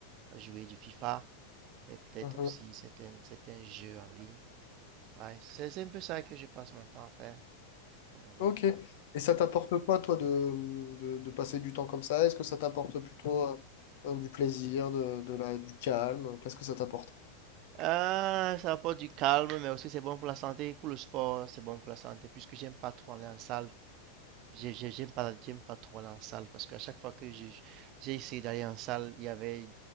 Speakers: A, on the right; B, on the left.
A: à jouer du FIFA et peut-être
B: Mhm.
A: aussi certains, certains jeux en ligne. Ouais, c'est un peu ça que je passe mon temps à faire comme hobby.
B: Ok. Et ça t'apporte quoi, toi, de, de, de passer du temps comme ça? Est-ce que ça t'apporte plutôt euh, euh, du plaisir, de, de la, du calme? Qu'est-ce que ça t'apporte?
A: Ah, ça apporte du calme, mais aussi c'est bon pour la santé, pour le sport, c'est bon pour la santé, puisque j'aime pas trop aller en salle. J'ai- j'ai- J'aime pas, j'aime pas trop aller en salle, parce qu'à chaque fois que j'ai j'ai essayé d'aller en salle, il y avait,